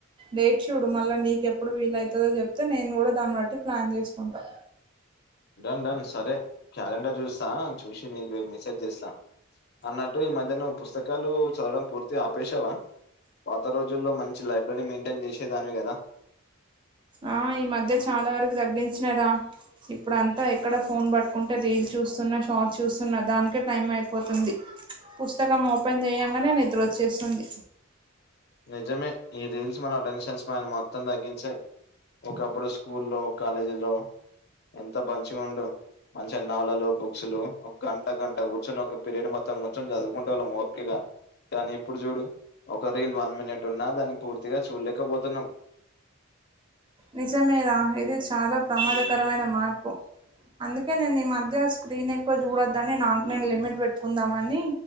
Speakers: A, on the right; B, on the left.
A: డేట్ చూడు మళ్ళానీక్ ఎప్పుడు వీలైతదో చెప్తే నేనుకూడా దాన్నిబట్టి ప్లాన్ చేసుకుంటా.
B: డన్ డన్ సరే క్యాలెండర్ చూస్తా చూశి నీకు రేపు మెసేజ్ చేస్తా. అన్నట్టు ఈమధ్య నువ్వు పుస్తకాలు చదవడం పూర్తిగా ఆపేశవా. పాత రోజుల్లో మంచి లైబ్రరీ మెయింటైన్ చేసేదానివి కదా.
A: ఆ ఈమధ్య చాలా వరకు తగ్గించినరా. ఇప్పుడంతా ఎక్కడ ఫోన్ పట్టుకుంటే రీల్స్ చూస్తున్న, షార్ట్స్ చూస్తున్న దానికే టైంఅయిపోతుంది. పుస్తకం ఓపెన్ చేయంగనే నిదుర వచ్చేస్తుంది.
B: నిజమే ఈ రీల్స్ మన అటెన్షన్ స్పాన్ మొత్తం తగ్గించినయి. ఒకప్పుడు స్కూల్లో, కాలేజీల్లో ఎంత మంచిగా ఉండు. మంచిగా నవలలు బుక్స్ లు ఒక గంట గంట కూర్చొని ఒక పీరియడ్ మొత్తం కూర్చొని చదువుకుంటే వాళ్ళం ఓపికగ కానీ ఇప్పుడు చూడు ఒక రీల్ వ వన్ మినిట్ ఉన్నా దాన్ని పూర్తిగా చూడలేకపోతున్నాం
A: నిజమేరా ఇది చాలా ప్రమాదకరమైన మార్పు అందుకే నేను ఈ మధ్య స్క్రీన్ ఎక్కువ చూడొద్దని నాకు నేను లిమిట్ పెట్టుకుందామని